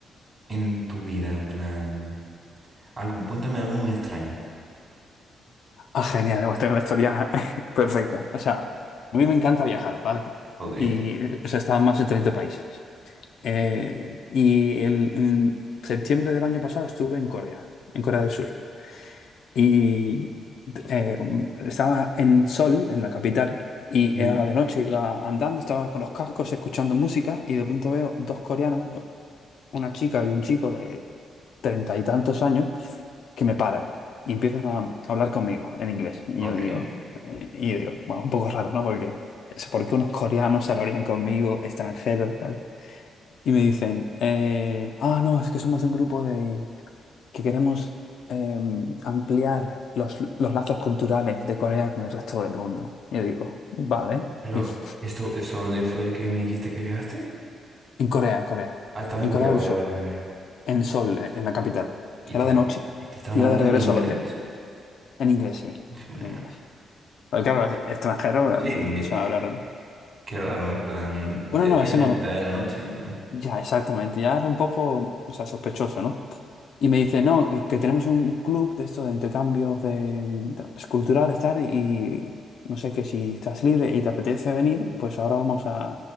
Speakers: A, on the right (about 25°); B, on the left (about 65°).
A: en tu vida, en plan? Algo, cuéntame algo muy extraño,
B: Ah, genial. Pues tengo la historia <laughs> perfecta. O sea, a mí me encanta viajar, ¿vale?
A: ¿ok?
B: Y eh, o sea, he estado en más de 30 países. Eh, y el, en septiembre del año pasado estuve en Corea, en Corea del Sur. Y eh, estaba en Seoul, en la capital, y
A: Mm,
B: era de noche, iba andando, estaba con los cascos, escuchando música, y de pronto veo dos coreanos, una chica y un chico de treinta y tantos años, que me paran y empiezan a hablar conmigo en inglés. Y
A: Ok.
B: yo digo, eh, y yo digo, bueno, un poco raro, ¿no? Porque, ¿por qué unos coreanos se hablarían conmigo, extranjeros, tal? Y me dicen, eh, ah, no, es que somos de un grupo de, que queremos em, ampliar los, los lazos culturales de Corea con el resto del mundo. yo digo, vale.
A: Pero,
B: <laughs>
A: ¿esto es dónde fue que me dijiste que viajaste?
B: En Corea, en Corea,
A: Ah, estaba
B: en
A: en
B: Corea
A: Corea,
B: del
A: vale,
B: Sur,
A: vale, vale.
B: en Seoul, eh, en la capital.
A: ¿Y
B: Era
A: te,
B: de noche
A: y te estaban
B: y iba
A: hablando
B: de regreso
A: en inglés?
B: al hotel. En inglés, sí,
A: <laughs> Bueno,
B: en inglés. Porque claro, extranjero,
A: sí,
B: em,
A: em,
B: se me hablaron.
A: qué raro, en plan,
B: Bueno,
A: te detienen
B: no, ese no.
A: a mitad de la noche. ¿eh?
B: Ya, exactamente. Ya era un poco, o sea, sospechoso, ¿no? Y me dice, no, que, que tenemos un club de esto de intercambios de, mm, de- culturales, tal, y no sé, que si estás libre y te apetece venir, pues ahora vamos a,